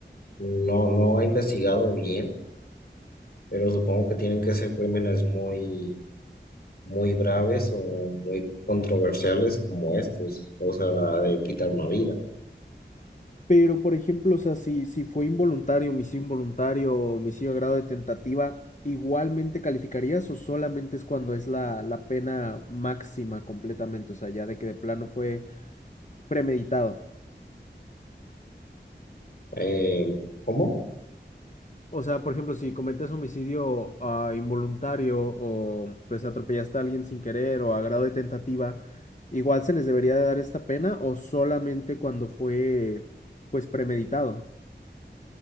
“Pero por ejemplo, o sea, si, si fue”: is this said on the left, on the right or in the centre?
Left